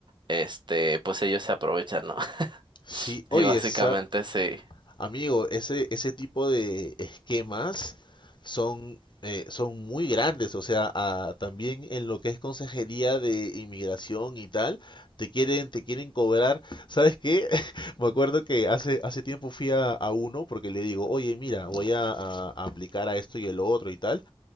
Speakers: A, on the right; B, on the left.
A: Este, pues ellos se aprovechan, ¿no? <laughs>
B: Sí, oye,
A: Y básicamente
B: esa-
A: sí.
B: amigo, ese, ese tipo de esquemas son, eh, son muy grandes, o sea, ah, también en lo que es consejería de inmigración y tal, te quieren, te quieren cobrar, ¿sabes qué? <laughs> Me acuerdo que hace, hace tiempo fui a, a uno porque le digo, oye, mira, voy a, a- a aplicar a esto y el otro y tal,